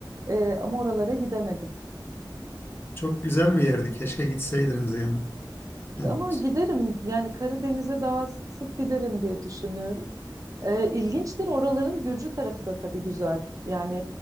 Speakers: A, on the right; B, on the left.
A: E, ama oralara gidemedim.
B: Çok güzel bir yerdi. Keşke gitseydiniz yani. Yani
A: Ama giderim yani Karadeniz'e daha sık sık giderim diye düşünüyorum. E, ilginçtir. Oraların Gürcü tarafı da tabii güzel. Yani